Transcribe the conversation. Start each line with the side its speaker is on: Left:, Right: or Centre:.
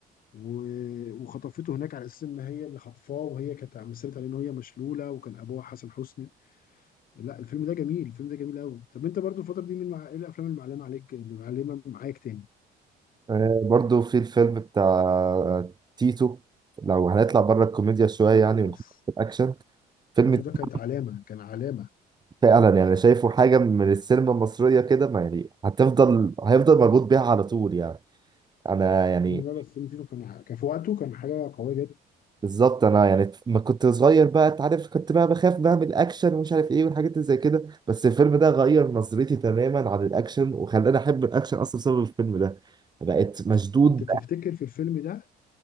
Left: و- وخطفته هناك على اساس ان هي اللي خطفاه وهي كانت مثلت عليه ان هي مشلوله وكان ابوها حسن حسني لا الفيلم ده جميل الفيلم ده جميل قوي طب انت برضو الفتره دي من مع... ايه الافلام اللي معلمه عليك اللي معلمه معاك تاني
Right: آه، برضو في الفيلم بتاع تيتو لو هنطلع بره الكوميديا شويه يعني ونخش
Left: اوف
Right: في الاكشن فيلم
Left: تيتو
Right: تيتو
Left: ده كانت علامه كان علامه
Right: فعلا يعني شايفه حاجه من السينما المصريه كده ما يعني هتفضل هيفضل مربوط بيها على طول يعني انا يعني
Left: لا لا فيلم تيتو كان كان في وقته كان حاجه قويه جدا
Right: بالظبط انا يعني ما كنت صغير بقى انت عارف كنت بقى بخاف بقى من الاكشن ومش عارف ايه والحاجات اللي زي كده بس الفيلم ده غير نظرتي تماما عن الاكشن وخلاني احب الاكشن اصلا بسبب الفيلم ده بقيت مشدود
Left: انت تفتكر في الفيلم ده